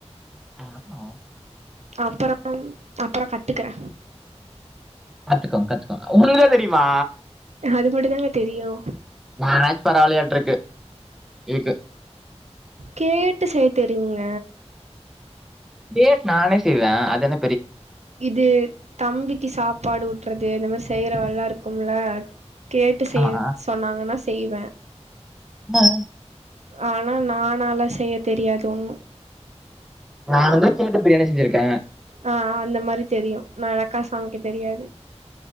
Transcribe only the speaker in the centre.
ஆ ஆ
கத்துக்கோங்க கத்துக்கோங்க உங்களுக்குலா தெரியுமா
நானாச்சு பரவலயான்டுருக்கு இதுக்கு
டேட் நானே செய்வேன் அதென்ன
ஆமா
ஆ
நானுந்தா கேட்டு பிரியாணி செஞ்சிருக்க